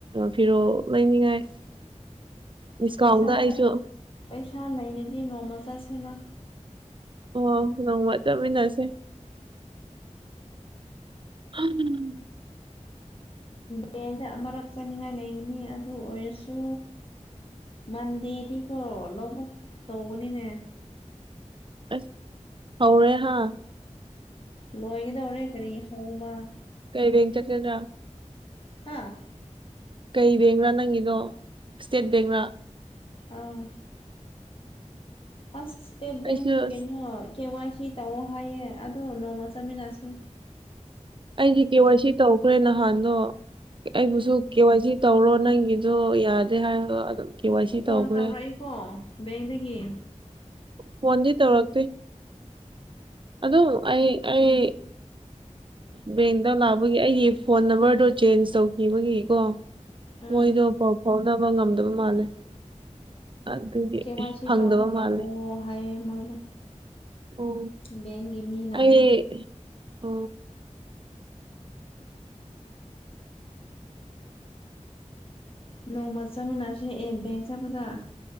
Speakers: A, on the right (about 40°); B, on the left (about 45°).
A: ꯐꯤꯔꯣꯜ ꯂꯩꯅꯤꯡꯉꯥꯏ <inaudible>
B: ꯄꯩꯁꯥ
A: ꯑꯩꯁꯨ
B: ꯄꯩꯁꯥ ꯂꯩꯔꯗꯤ ꯅꯣꯡꯃ ꯆꯠꯁꯤꯅꯥ
A: ꯑꯣ ꯅꯣꯡꯃ ꯆꯠꯃꯤꯟꯅꯁꯦ ꯍꯝ
B: ꯕꯦꯡꯗ ꯑꯃꯔꯛ ꯆꯥꯅꯤꯡꯉꯥꯏ ꯂꯩꯒꯅꯤ ꯑꯗꯨ ꯑꯣꯏꯔꯁꯨ ꯃꯟꯗꯤꯔꯗꯤꯀꯣ ꯂꯧꯕꯨꯛ ꯇꯧꯕꯅꯤꯅꯦ
A: ꯑꯁ ꯍꯧ ꯔꯦ ꯍꯥꯥ
B: ꯂꯣꯏꯒꯗꯧꯔꯦ ꯀꯔꯤ ꯁꯨꯕ
A: ꯀꯩ ꯕꯦꯡ ꯆꯠꯀꯗ꯭ꯔꯥ
B: ꯍꯥꯥ
A: ꯀꯩ ꯕꯦꯡꯔꯥ ꯅꯪꯒꯤꯗꯣ ꯏꯁꯇꯦꯠ ꯕꯦꯡꯔ
B: ꯑꯧ ꯑꯁ ꯏꯁꯇꯦꯠ ꯕꯦꯡꯁꯨ
A: ꯑꯩꯁꯨ ꯑꯁ
B: ꯀꯦ ꯅꯣꯏ ꯀꯦ ꯋꯥꯏ ꯁꯤ ꯇꯧꯑꯣ ꯍꯥꯏꯌꯦ ꯑꯗꯣ ꯅꯣꯡꯃ ꯆꯥꯃꯤꯟꯅꯁꯤ
A: ꯑꯩꯗꯤ ꯀꯦ ꯋꯥꯏ ꯁꯤ ꯇꯧꯈ꯭ꯔꯦ ꯅꯍꯥꯟꯗꯣ ꯑꯩꯕꯨꯁꯨ ꯀꯦ ꯋꯥꯏ ꯁꯤ ꯇꯧꯔꯣ ꯅꯪꯒꯤꯗꯣ ꯌꯥꯗꯦ ꯍꯥꯏꯕꯗꯣ ꯑꯗꯨꯝ ꯀꯦ ꯋꯥꯏ ꯁꯤ
B: ꯐꯣꯟ
A: ꯇꯧꯈ꯭ꯔꯦ
B: ꯇꯧꯔꯛꯏꯀꯣ ꯕꯦꯡꯗꯒꯤ
A: ꯐꯣꯟꯗꯤ ꯇꯧꯔꯛꯇꯦ ꯑꯗꯨꯝ ꯑꯩ ꯑꯩ ꯕꯦꯡꯗ ꯂꯥꯛꯄꯒꯤ ꯑꯩꯒꯤ ꯐꯣꯟ ꯅꯝꯕꯔꯗꯣ ꯆꯦꯟꯖ ꯇꯧꯈꯤꯕꯒꯤꯀꯣ
B: ꯑꯥ
A: ꯃꯣꯏꯗꯣ ꯄꯥꯎ ꯐꯥꯎꯅꯕ ꯉꯝꯗꯕ ꯃꯥꯜꯂꯦ ꯑꯗꯨꯒꯤ
B: ꯀꯦ ꯋꯥꯏ ꯁꯤ
A: ꯐꯪꯗꯕ
B: ꯇꯧꯕ ꯂꯥꯛꯑꯣ
A: ꯃꯥꯜꯂꯦ
B: ꯍꯥꯏꯌꯦ ꯃꯣꯏꯅ
A: ꯑꯣ
B: ꯕꯦꯡꯒꯤ ꯃꯤꯅ
A: ꯑꯩ ꯑ
B: ꯅꯣꯡꯃ ꯆꯠꯃꯤꯟꯅꯁꯦ ꯑꯦ ꯕꯦꯡ ꯆꯠꯄꯗ